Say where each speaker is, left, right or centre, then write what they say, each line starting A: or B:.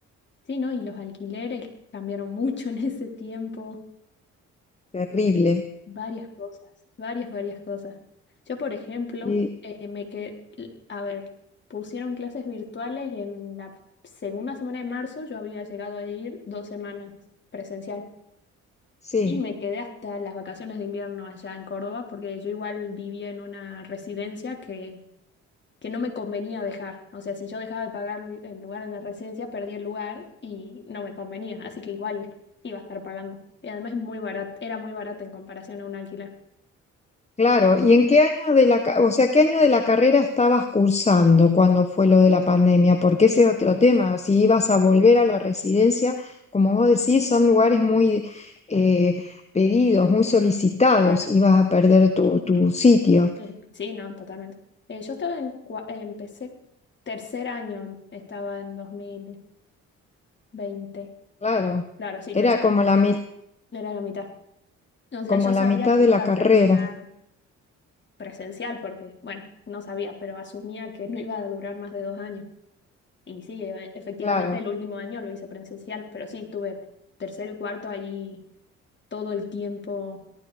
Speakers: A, on the left; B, on the left.
A: Sí, ¿no? Y los alquileres cambiaron mucho en ese tiempo.
B: Terrible.
A: Varias cosas, varias, varias cosas. Yo, por ejemplo,
B: Y
A: eh, me que, a ver, pusieron clases virtuales en la segunda semana de marzo, yo había llegado a ir dos semanas presencial.
B: sí.
A: Y me quedé hasta las vacaciones de invierno allá en Córdoba, porque yo igual vivía en una residencia que, que no me convenía dejar. O sea, si yo dejaba de pagar el lugar en la residencia, perdía el lugar y no me convenía. Así que igual iba a estar pagando. Y además es muy barato, era muy barato en comparación a un alquiler.
B: Claro, ¿y en qué año de la, ca- o sea, qué año de la carrera estabas cursando cuando fue lo de la pandemia? Porque
A: Eh,
B: ese es otro tema, si ibas a volver a la residencia, como vos decís, son lugares muy eh, pedidos, muy solicitados,
A: claro.
B: ibas a perder tu, tu sitio.
A: El- sí, no, totalmente. Eh, yo estaba en, cua- eh, empecé tercer año, em- estaba en dos mil veinte
B: Claro,
A: Claro, sí,
B: era
A: tercer,
B: como la, mi-
A: era la mitad. O sea,
B: como
A: yo
B: la
A: sabía
B: mitad
A: que
B: de
A: iba
B: la
A: a
B: carrera,
A: terminar. presencial, porque, bueno, no sabía, pero asumía que no iba a durar más de dos años. Y sí, e- efectivamente
B: claro.
A: el último año lo hice presencial, pero sí, estuve tercero y cuarto ahí todo el tiempo